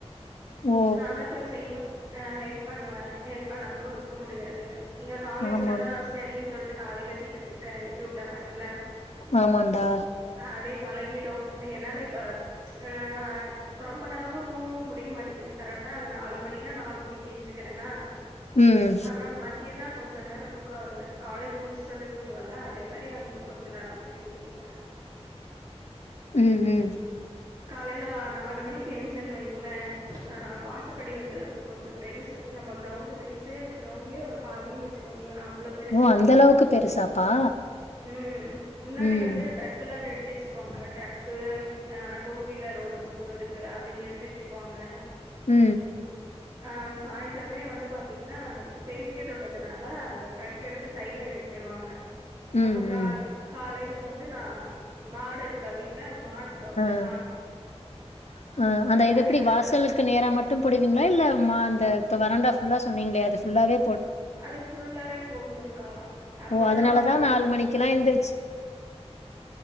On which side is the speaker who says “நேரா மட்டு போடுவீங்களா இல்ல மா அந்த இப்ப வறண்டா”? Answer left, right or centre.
Left